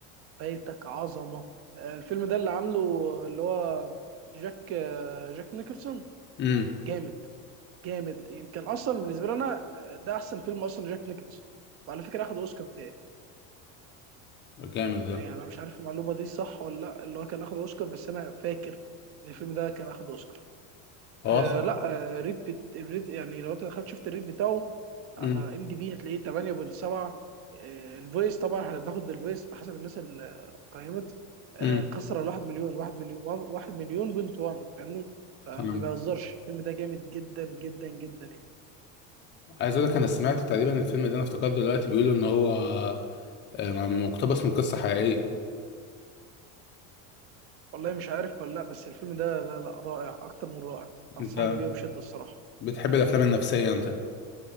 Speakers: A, on the right; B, on the left.
A: فايتك عظمة آه، الفيلم ده اللي عامله اللي هو جاك آه، جاك نيكلسون
B: امم
A: جامد جامد يمكن اصلا بالنسبه لي انا آه، ده احسن فيلم اصلا جاك نيكلز وعلى فكره اخد اوسكار بتاعي
B: جامد ده
A: يعني انا مش عارف المعلومه دي صح ولا لا اللي هو كان اخد اوسكار بس انا فاكر ان الفيلم ده كان اخد اوسكار
B: هو
A: آه
B: اصلا
A: لا آه ريت بت... الريت يعني لو انت دخلت شفت الريت بتاعه على
B: امم
A: ام دي بي هتلاقيه 8.7 آه الفويس طبعا احنا بناخد بالفويس بحسب الناس اللي قيمت آه
B: امم
A: كسر ال 1 مليون 1 مليون 1 مليون بنت 1 فاهمني فما
B: فاهم
A: بيهزرش الفيلم ده جامد جدا جدا جدا يعني
B: عايز اقول لك انا سمعت تقريبا الفيلم ده انا افتكرت دلوقتي بيقولوا ان هو آه، مقتبس من قصة حقيقية
A: والله مش عارف ولا لا بس الفيلم ده لا لا رائع اكتر من رائع انصحك
B: انت
A: بيه بشده الصراحه
B: بتحب الافلام النفسية انت